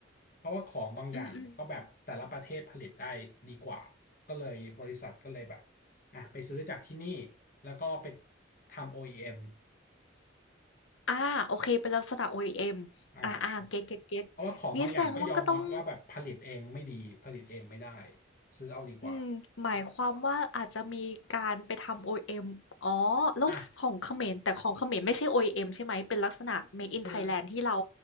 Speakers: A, on the left; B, on the left.
A: เพราะว่าของบางอย่างก็แบบแต่ละประเทศผลิตได้ดีกว่าก็เลยบริษัทก็เลยแบบ
B: อืมอืม
A: อ่ะไปซื้อจากที่นี่แล้วก็ไปทำ OEM ออีเอ็ม
B: อ่าโอเคเป็นลักษณะ OEM
A: อ่า
B: ออีเอ็มอ่าอ่าเก็ตเก็ตเก็ต
A: เพราะว่าของบางอย่างก็ยอมรับว่าแบบผลิตเองไม่ดีผลิตเองไม่ได้
B: นี้แสดงว่าก็ต้อง
A: ซื้อเอาดีกว่า
B: อืมหมายความว่าอาจจะมีการไปทำ OEM ออีเอ็มอ๋อแล้วของเขมรแต่ของเขมรไม่ใช่
A: อ่ะ
B: OEM ใช่ไหมเป็นลักษณะ Made in
A: คือ
B: Thailand ที่เรา